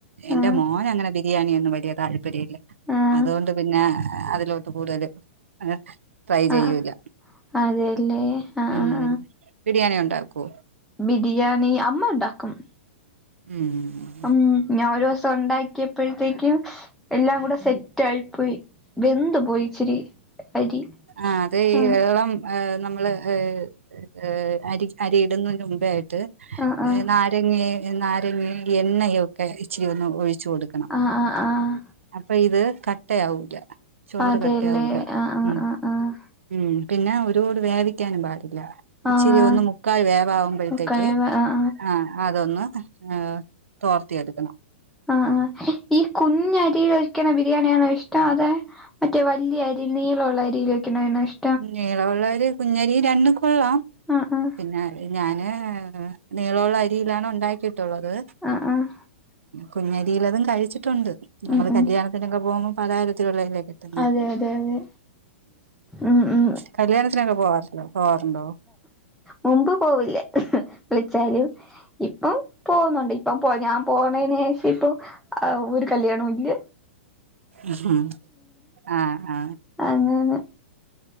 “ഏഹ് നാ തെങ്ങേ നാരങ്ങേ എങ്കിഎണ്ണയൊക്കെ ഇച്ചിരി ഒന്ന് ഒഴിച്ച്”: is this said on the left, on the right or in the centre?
Right